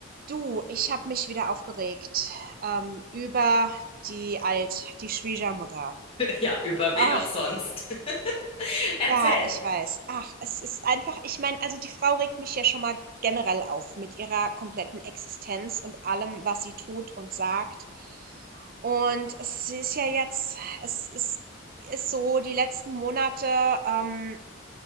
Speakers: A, on the right; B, on the left.
A: Du, ich habe mich wieder aufgeregt ähm, über die Alt, die Schwiegermutter.
B: Ja, über
A: Ach,
B: wen auch sonst. <laughs> Erzähl.
A: ja, ich weiß. Ach, es ist einfach, ich meine, also die Frau regt mich ja schon mal generell auf mit ihrer kompletten Existenz und allem, was sie tut und sagt. Und es ist ja jetzt, es ist, ist so, die letzten Monate, ähm,